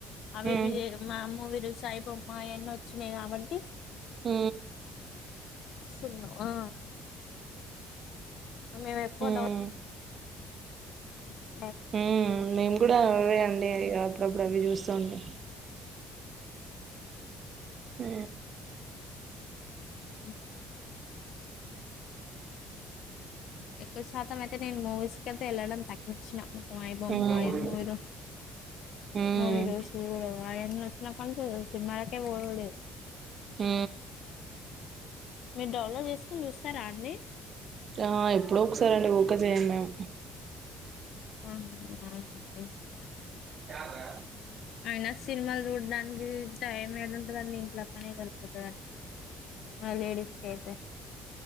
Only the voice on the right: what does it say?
ఉమ్
ఊ
ఉమ్
ఉమ్ నేను కూడా అవే అన్ నే అప్పుడప్పుడు అవి చూస్తా ఉంటా ఊ
ఉమ్ ఉమ్
ఉమ్
ఊ
ఆ ఎప్పుడొ ఒకసారి అండి వుకే చేయం మేము.
చారా.